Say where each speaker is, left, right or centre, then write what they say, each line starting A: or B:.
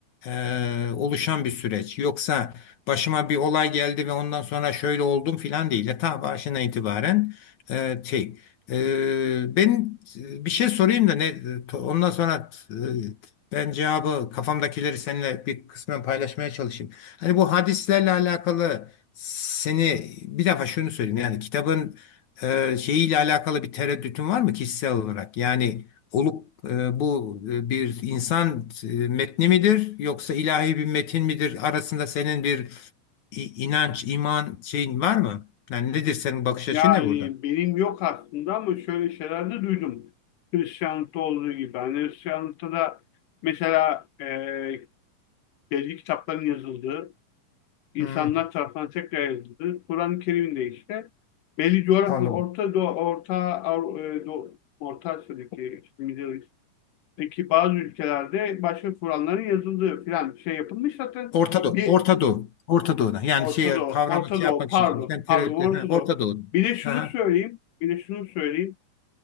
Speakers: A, on the left; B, on the left.
A: e, oluşan bir süreç. Yoksa başıma bir olay geldi ve ondan sonra şöyle oldum filan değil. Ya Ta başından itibaren e, şey, ee, ben e, bir şey sorayım da ne e, to- ondan sonra e, ben cevabı kafamdakileri seninle bir kısmen paylaşmaya çalışayım. Hani bu hadislerle alakalı seni bir defa şunu söyleyeyim yani kitabın e, şeyiyle alakalı bir tereddütün var mı kişisel olarak? Yani olup e, bu e, bir insan e, metni midir yoksa ilahi bir metin midir arasında senin bir i- inanç, iman şeyin var mı? Yani nedir senin bakış açın
B: Yani
A: ne burada?
B: benim yok aslında ama şöyle şeyler de duydum. Hristiyanlıkta olduğu gibi. Hani Hristiyanlıkta da mesela e, belli kitapların yazıldığı, insanlar
A: Hı.
B: tarafından tekrar yazıldığı, Kur'an-ı Kerim'de işte belli coğrafyada
A: Anladım.
B: Orta Doğu, Orta, Avru- e, Doğu- Orta Asya'daki işte Middle East, bazı ülkelerde başka Kur'anların yazıldığı filan şey yapılmış zaten.
A: Orta Doğu,
B: Bir
A: Orta Doğu, Orta Doğu'na. Yani
B: Orta
A: şey
B: Doğu,
A: kavramı
B: Orta
A: şey
B: Doğu
A: yapmak
B: pardon,
A: için söylüyorum. Sen tereddüt,
B: pardon Orta
A: ha, Orta
B: Doğu.
A: Doğu.
B: Bir de şunu
A: Ha, ha.
B: söyleyeyim, bir de şunu söyleyeyim.